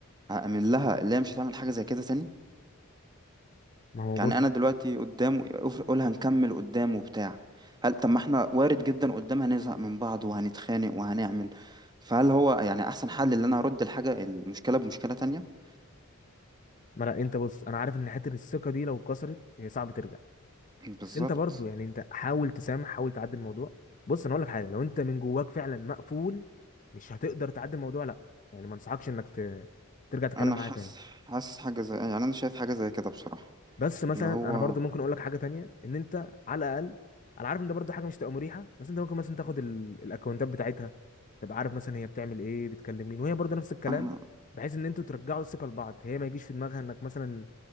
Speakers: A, on the right (about 20°); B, on the left (about 40°).
A: هأمن لها اللي هي مش هتعمل حاجة زي كده تاني
B: ما هو بص
A: يعني انا دلوقتي قدام أف- اقول هنكمل قدام وبتاع هل طب ما احنا وارد جدا قدام هنزهق من بعض وهنتخانق وهنعمل فهل هو يعني احسن حل ان انا هرد الحاجه المشكله بمشكله تانية
B: ما لا انت بص انا عارف ان حته الثقه دي لو اتكسرت هي صعب ترجع
A: بالظبط
B: بس انت برضو يعني انت حاول تسامح حاول تعدي الموضوع بص انا اقول لك حاجه لو انت من جواك فعلا مقفول مش هتقدر تعدي الموضوع لا يعني ما انصحكش انك ت... ترجع تتكلم
A: انا
B: معايا
A: حاسس
B: تاني
A: حاسس حاجه زي يعني انا شايف حاجه زي كده بصراحه
B: بس مثلا
A: اللي هو
B: انا برضو ممكن اقول لك حاجه تانية ان انت على الاقل انا عارف ان ده برضو حاجه مش تبقى مريحه بس انت ممكن مثلا تاخد ال... الاكونتات بتاعتها تبقى عارف مثلا هي بتعمل ايه بتكلم مين وهي برضو نفس الكلام
A: أنا
B: بحيث ان انتوا ترجعوا الثقه لبعض هي ما يجيش في دماغها انك مثلا